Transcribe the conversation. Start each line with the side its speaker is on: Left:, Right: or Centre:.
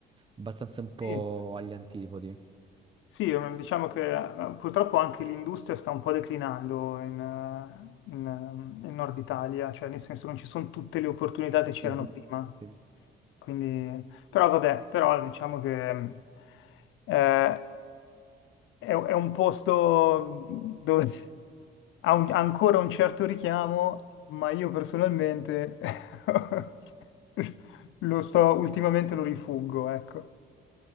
Right: abbastanza un po'
Left: Sì.
Right: agli antipodi.
Left: Sì, eh, diciamo che eh, purtroppo anche l'industria sta un po' declinando in, eh, in, eh, in Nord Italia, cioè nel senso non ci sono tutte le opportunità che c'erano
Right: Mhm.
Left: prima.
Right: Sì.
Left: Quindi, però vabbè, però diciamo che mh, eh, è, è un posto dove ha, un- ha ancora un certo richiamo, ma io personalmente <laughs> lo sto, ultimamente lo rifuggo, ecco.